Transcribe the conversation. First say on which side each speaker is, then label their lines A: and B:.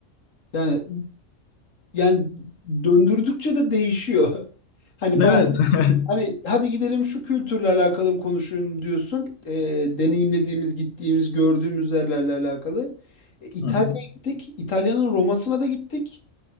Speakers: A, on the left; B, on the left.
A: yani yani döndürdükçe de değişiyor. <laughs> Hani
B: Evet.
A: bayağı
B: <laughs>
A: Hani hadi gidelim şu kültürle alakalı mı konuşun diyorsun. E, deneyimlediğimiz, gittiğimiz, gördüğümüz yerlerle alakalı. E, İtalya'ya
B: Hı hı.
A: gittik. İtalya'nın Roma'sına da gittik.